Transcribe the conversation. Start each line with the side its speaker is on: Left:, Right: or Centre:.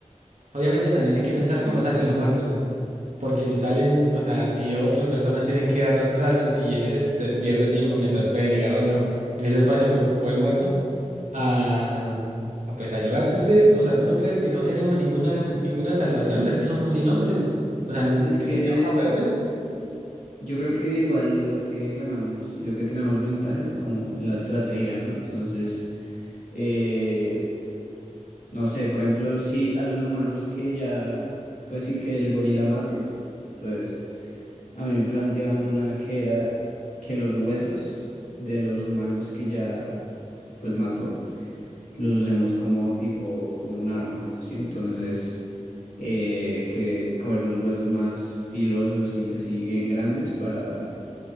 Right: Obviamente también hay que pensar
Left: ok.
Right: cómo salen los muertos, porque si salen, o sea, si otras personas tienen que arrastrarlos y en ese pues, se pierde tiempo mientras pueda llegar otro en ese espacio que ocupó el muerto a, a, pues ayudar. ¿Tú crees, o sea, tú no crees que no tenemos ninguna ninguna salvación? Es que somos 100 hombres. O sea, ¿n-
Left: Es
Right: ¿crees
Left: que
Right: que vamos a perder?
Left: Yo creo que igual lo que ganamos y lo que tenemos ventaja es como en la estrategia, ¿no? Entonces, eh, no sé, por ejemplo, si a los humanos que ya, pues sí que el gorila mate, entonces a mí me planteaban una que era que los huesos de los humanos que ya, pues mató, los usemos como tipo, como un arma, ¿sí? Entonces, eh, que coger los huesos más filosos y así bien grandes para